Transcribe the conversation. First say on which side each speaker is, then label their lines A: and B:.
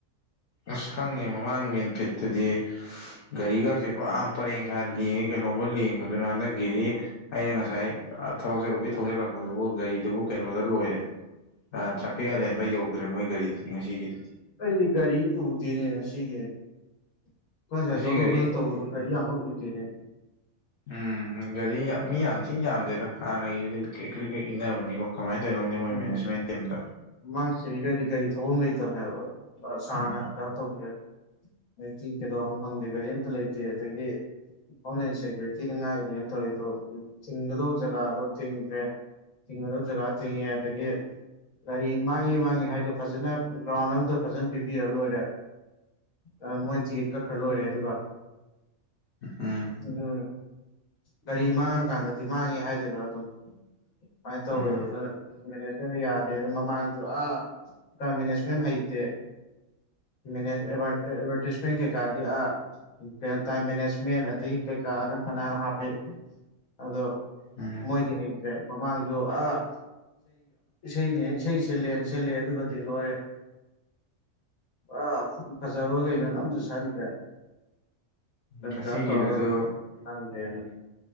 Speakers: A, on the left; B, on the left.
A: ꯑꯁ ꯈꯪꯗꯦ ꯃꯃꯥꯡ ꯃꯦꯟ ꯐꯤꯠꯇꯨꯗꯤ ꯒꯥꯔꯤꯒꯖꯦ ꯄꯨꯔꯥ ꯄꯔꯦꯡ ꯁꯥ ꯂꯦꯡꯉꯦ ꯀꯩꯅꯣꯕꯧ ꯂꯦꯡꯕꯗꯨꯅ ꯍꯟꯗꯛꯀꯤꯗꯤ ꯑꯩꯅ ꯉꯁꯥꯏ ꯊꯕꯛ ꯆꯠꯂꯨꯕꯒꯤ ꯊꯧꯖꯜꯂꯛꯄꯗꯨꯕꯨ ꯒꯥꯔꯤꯗꯨꯕꯨ ꯀꯩꯅꯣꯗ ꯂꯣꯏꯔꯦ ꯑ ꯇ꯭ꯔꯥꯐꯤꯛ ꯑꯥꯏꯂꯦꯟ ꯕꯧ ꯌꯧꯗ꯭ꯔꯦ ꯃꯣꯏ ꯒꯥꯔꯤꯗꯨꯗꯤ ꯉꯁꯤꯒꯤꯗꯨꯗꯤ
B: ꯑꯩꯗꯤ ꯒꯥꯔꯤ ꯎꯗꯦꯅꯦ ꯉꯁꯤꯒꯤ ꯑꯩꯈꯣꯏ ꯉꯁꯥꯏ
A: ꯉꯁꯤ
B: ꯊꯧꯗꯣꯛ
A: ꯒꯥꯔꯤ
B: ꯊꯧꯖꯤꯟ ꯇꯧꯕꯗꯨ ꯒꯥꯔꯤ
A: ꯎꯝ
B: ꯌꯥꯝ ꯀꯟ ꯎꯗꯦꯅꯦ
A: ꯎꯝ ꯒꯥꯔꯤ ꯃꯤ ꯌꯥꯝ ꯊꯤ ꯌꯥꯝꯗꯦꯗ ꯍꯥꯟꯅꯒꯤꯗꯨꯗꯤ ꯀꯔꯤꯛ ꯀꯔꯤꯛ ꯀꯔꯤꯛ ꯏꯟꯅꯕꯅꯤꯀꯣ ꯀꯃꯥꯏ ꯇꯧꯔꯤꯅꯣ ꯈꯪꯗꯦ ꯃꯣꯏ
B: ꯎꯝ
A: ꯃꯦꯅꯦꯖꯃꯦꯟ ꯇꯤꯝꯗꯣ
B: ꯃꯃꯥꯡ ꯆꯍꯤꯒꯗꯤ ꯒꯥꯔꯤ ꯊꯧꯕꯝ ꯂꯩꯇꯕꯅꯦꯕ ꯍꯥꯏꯕ ꯁꯥꯡꯅ
A: ꯎꯝ
B: ꯀꯩꯅꯣ ꯇꯧ <unintelligible> <unintelligible> ꯆꯤꯛ ꯀꯩꯗꯧꯔꯕꯅꯣ ꯈꯪꯗꯦ ꯒꯥꯔꯤ ꯑꯝꯇ ꯂꯩꯇꯦ ꯑꯗꯒꯤ ꯍꯣꯝꯂꯦꯟ ꯁꯦꯀ꯭ꯌꯨꯔꯤꯇꯤꯅ ꯉꯥꯛꯏꯅꯦꯅ ꯇꯧꯔꯤꯗꯣ ꯊꯤꯡꯒꯗꯧꯕ ꯖꯒꯥꯗꯣ ꯊꯤꯡꯗ꯭ꯔꯦ ꯊꯤꯡꯒꯗꯧ ꯖꯥꯒꯥ ꯊꯤꯡꯉꯦ ꯑꯗꯒꯤ ꯒꯥꯔꯤ ꯃꯥꯡꯉꯤ ꯃꯥꯡꯉꯤ ꯍꯥꯏꯗꯣ ꯐꯖꯅ ꯒ꯭ꯔꯥꯎꯟ ꯑꯝꯗ ꯐꯖꯅ ꯄꯤꯕꯤꯔ ꯂꯣꯏꯔꯦ ꯑ ꯃꯣꯏ ꯇꯤꯛꯀꯦꯠ ꯀꯛꯈ꯭ꯔ ꯂꯣꯏꯔꯦ ꯑꯗꯨꯒ
A: ꯎꯝ
B: ꯑꯗꯨ ꯒꯥꯔꯤ ꯃꯥꯡꯉꯀꯥꯟꯗꯗꯤ ꯃꯥꯡꯉꯦ ꯍꯥꯏꯗꯣꯏꯕ ꯑꯗꯨꯝ ꯃꯥꯏ ꯇꯧꯋꯦꯕ
A: ꯎꯝ
B: ꯑꯗꯨꯅ ꯃꯦꯅꯦꯖꯃꯦꯟꯗ ꯌꯥꯗꯦ ꯑꯗꯨ ꯃꯃꯥꯡꯁꯨ ꯑꯥ ꯃꯦꯅꯦꯖꯃꯦꯟ ꯍꯩꯇꯦ ꯃ ꯑꯦꯚꯔꯇꯤꯁꯃꯦꯟ ꯀꯀꯥꯗ ꯀꯩꯅꯣ ꯇꯥꯏ ꯃꯦꯅꯦꯖꯃꯦꯟ ꯑꯗꯗꯒꯤ ꯀꯩꯀꯥ ꯑꯗꯨꯝ ꯐꯅ ꯍꯥꯞꯄ ꯑꯗꯣ
A: ꯎꯝ
B: ꯃꯣꯏꯗꯤ ꯍꯩꯇ꯭ꯔꯦ ꯃꯃꯥꯡꯁꯨ ꯑꯥ ꯏꯁꯩꯅꯦ ꯏꯁꯩ ꯁꯤꯜꯂꯦꯅ ꯁꯤꯜꯂꯦ ꯑꯗꯨꯒꯗꯤ ꯂꯣꯏꯔꯦ ꯑ ꯐꯖꯕꯈꯩꯅꯣ ꯑꯝꯇ ꯁꯟꯈ꯭ꯔꯦ ꯏꯝ
A: ꯉꯁꯤꯒꯤꯗꯨꯁꯨ
B: ꯀ ꯇꯧ ꯑꯗꯨꯝ ꯂꯪꯒꯦꯅ